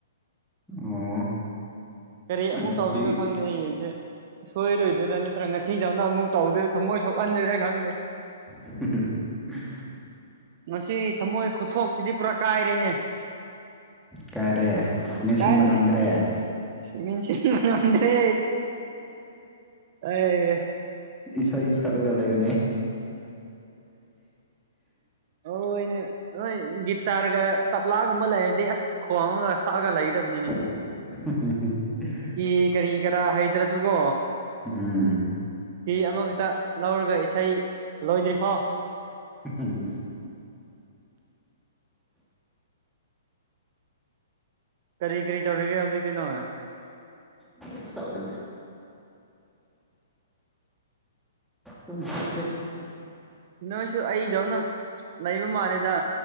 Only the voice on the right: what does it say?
ꯀꯔꯤ
ꯑꯃꯨꯛ ꯇꯧꯗꯣꯏꯅꯣ ꯈꯪꯗꯦ ꯑꯩ ꯌꯦꯡꯁꯦ ꯁꯣꯏꯔꯣꯏꯗꯣꯏꯔꯥ ꯅꯠꯇ꯭ꯔꯥ ꯉꯁꯤꯗꯧꯅ ꯑꯃꯨꯛ ꯇꯧꯗꯦ ꯊꯃꯣꯏ ꯁꯣꯛꯍꯟꯗꯣꯏꯔ ꯈꯪꯗꯦ
ꯉꯁꯤ ꯊꯝꯃꯣꯏ ꯈꯨꯁꯣꯛꯁꯤꯗꯤ ꯄꯨꯔꯥ ꯀꯥꯏꯔꯦꯅꯦ꯫
ꯀꯥꯏꯔꯦ
ꯃꯦꯟꯁꯤꯟꯕ ꯉꯝꯗ꯭ꯔꯦ ꯑꯩ
ꯑ ꯑꯣꯏꯅꯦ ꯍꯣꯏ ꯒꯤꯇꯥꯔꯒ ꯇꯞꯂꯥꯒꯨꯝꯕ ꯂꯩꯔꯗꯤ ꯑꯁ ꯈꯣꯡꯑꯒ ꯁꯛꯑꯒ ꯂꯩꯒꯗꯕꯅꯤꯅꯦ꯫
ꯀꯤ ꯀꯔꯤ ꯀꯔꯥ ꯍꯩꯗ꯭ꯔꯁꯨꯀꯣ
ꯐꯤ ꯑꯃꯈꯛꯇ ꯂꯧꯔꯒ ꯏꯁꯩ ꯂꯣꯏꯗ꯭ꯔꯤꯐꯧ
ꯀꯔꯤ ꯀꯔꯤ ꯇꯧꯔꯤꯒꯦ ꯍꯧꯖꯤꯛꯇꯤꯅꯣꯏ꯫
ꯅꯣꯏꯁꯨ ꯑꯩꯗꯧꯅ ꯂꯩꯕ ꯃꯥꯜꯂꯦꯗ꯫